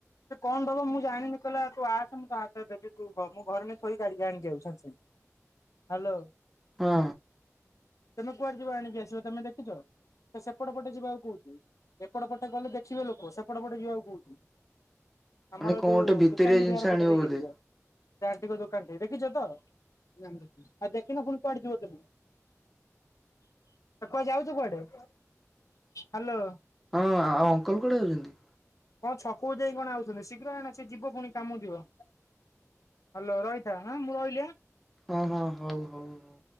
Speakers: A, on the left (about 75°); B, in the centre.
A: ସେ କଣ ଦବ ମୁଁ ଜାଣିନି କହିଲା ତୁ ଆସେ ମୁଁ ତୋ ହାତରେ ଦେବି ତୁ ମୁଁ ଘରେ ନେଇ ଥୋଇ ଗାଡିିକି ଆଣିକି ଆଉଚି ସାଙ୍ଗେ ସାଙ୍ଗେ। ହାଲୋ।
B: ହଁ।
A: ତମେ କୁଆଡେ ଯିବ ଆଣିକି ଆସିବ ତମେ ଦେଖିଚ ସେ ସେପଟ ପଟେ ଯିବାକୁ କହୁଚି ଏପଟ ପଟେ ଗଲେ ଦେଖିବେ ଲୋକ ସେପଟ ପଟେ ଯିବାକୁ କହୁଚି। ଆମର
B: ମାନେ କଣ
A: ଯୋଉ
B: ଗୋଟେ ଭିତରିଆ
A: ସୁଶାନ୍ତି
B: ଜିନିଷ
A: ବିହାର
B: ଆଣିବ
A: ପଟ ଦେଇକି
B: ବୋଧେ
A: ଯିବ ସେ ଆଣ୍ଟିଙ୍କ ଦୋକାନ ଟେ ଦେଖିଚ ତ? ନା ମୁଁ ଦେଖିନି ଆଉ ଦେଖିନ ପୁଣି କୁଆଡେ ଯିବ ତମେ କୁଆଡ଼େ ଯାଉଚ କୁଆଡେ? ହାଲୋ।
B: ହଁ ଆଉ ଅଙ୍କଲ କୁଆଡେ ଯାଉଚନ୍ତି?
A: କଣ ଛକକୁ ଯାଇ କଣ ଆଉଚନ୍ତି ଶୀଘ୍ର ଆଣ ସିଏ ଯିବ ପୁଣି କାମକୁ ଯିବ। ହାଲୋ ରହିତା ହାଁ ମୁଁ ରହିଲି ଆଁ।
B: ହଁ ହଁ ହଉ ହଉ ହଉ।